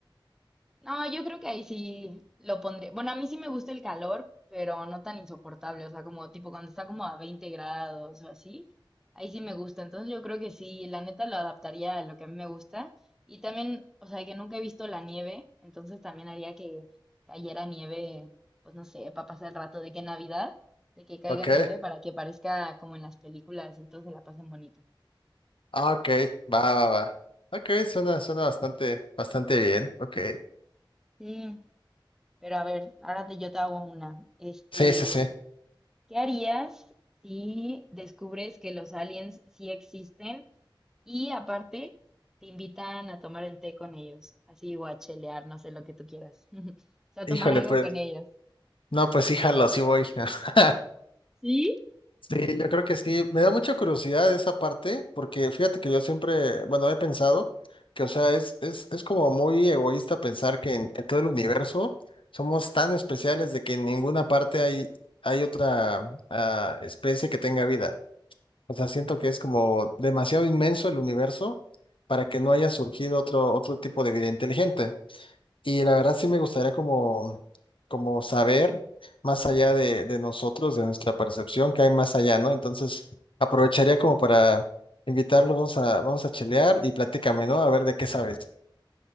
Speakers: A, in the centre; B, on the left.
A: No, yo creo que ahí sí lo pondré. Bueno, a mí sí me gusta el calor, pero no tan insoportable. O sea, como tipo cuando está como a 20 grados o así. Ahí sí me gusta. Entonces yo creo que sí, la neta lo adaptaría a lo que a mí me gusta. Y también, o sea, que nunca he visto la nieve, entonces también haría que cayera nieve, pues no sé, para pasar el rato de que Navidad, de que caiga
B: Ok,
A: nieve para que parezca como en las películas y todos se la pasen bonito.
B: ah, ok, va, va, va. Ok, suena, suena bastante, bastante bien. Ok.
A: Sí, pero a ver, ahora te, yo te hago una. Este,
B: Sí, sí, sí.
A: ¿Qué harías si descubres que los aliens sí existen y aparte te invitan a tomar el té con ellos? Así o a chelear, no sé, lo que tú quieras. <laughs> O sea,
B: Híjole,
A: tomar algo
B: pues,
A: con ellos.
B: no, pues híjalo, sí voy. <laughs>
A: ¿Sí?
B: Sí, yo creo que sí. Me da mucha curiosidad esa parte, porque fíjate que yo siempre, bueno, he pensado que, o sea, es, es, es como muy egoísta pensar que en, en todo el universo somos tan especiales de que en ninguna parte hay, hay otra ah, especie que tenga vida. O sea, siento que es como demasiado inmenso el universo para que no haya surgido otro, otro tipo de vida inteligente. Y la verdad sí me gustaría como, como saber más allá de, de nosotros, de nuestra percepción, que hay más allá, ¿no? Entonces aprovecharía como para invitarlos, vamos a, vamos a chelear y platícame, ¿no? A ver de qué sabes.